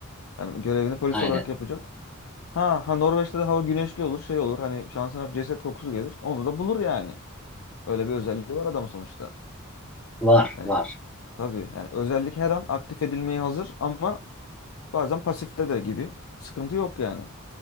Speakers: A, on the left (about 75°); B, in the centre.
A: Yani görevini polis
B: Aynen.
A: olarak yapacak. Ha, ha Norveç'te de hava güneşli olur, şey olur. Hani şansına bir ceset kokusu gelir. Onu da bulur yani. Öyle bir özelliği var adamın sonuçta.
B: Var
A: Yani
B: var.
A: tabii yani özellik her an aktif edilmeye hazır ama bazen pasifte de gibi. Sıkıntı yok yani.